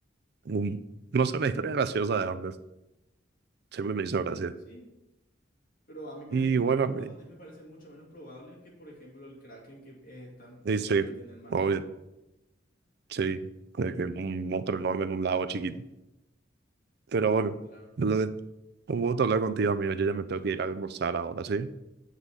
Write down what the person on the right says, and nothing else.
un- no sé, una historia graciosa de Amber. Siempre me hizo gracia.
Y
bueno,
me-
y
sí,
obvio,
sí. de que un monstruo enorme en un lago chiquito. Pero bueno,
lo de- un gusto hablar contigo, amigo. Yo ya me tengo que ir a almorzar ahora, ¿sí?